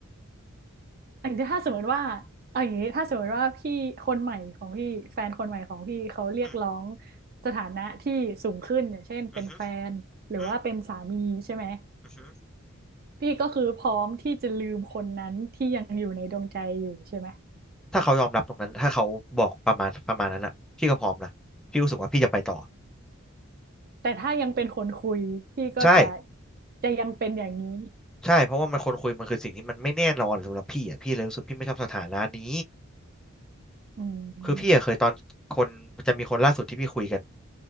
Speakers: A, on the right (about 45°); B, in the centre.
A: อันนี้ถ้าสมมติว่าเอาอย่างนี้ถ้าสมมติว่าพี่คนใหม่ของพี่แฟนคนใหม่ของพี่เขาเรียกร้อง
B: อืม
A: สถานะที่สูงขึ้นอย่างเช่นเป็นแฟนหรือว่าเป็นสามีใช่ไหม
B: อืมฮึอืมอืมฮึ
A: พี่ก็คือพร้อมที่จะลืมคนนั้นที่ยังอยู่ในดวงใจอยู่ใช่ไหม
B: ถ้าเขายอมรับตรงนั้นถ้าเขาบอกประมาณประมาณนั้นอ่ะพี่ก็พร้อมนะพี่รู้สึกว่าพี่จะไปต่อ
A: แต่ถ้ายังเป็นคนคุยพี่ก็จะ
B: ใช่
A: จะยังเป็นอย่างนี้
B: ใช่เพราะว่ามันคนคุยมันคือสิ่งที่มันไม่แน่นอนสำหรับพี่อ่ะพี่เลยรู้สึกพี่ไม่ชอบสถานะนี้
A: อืม
B: คือพี่อะเคยตอนคนจะมีคนล่าสุดที่พี่คุยกัน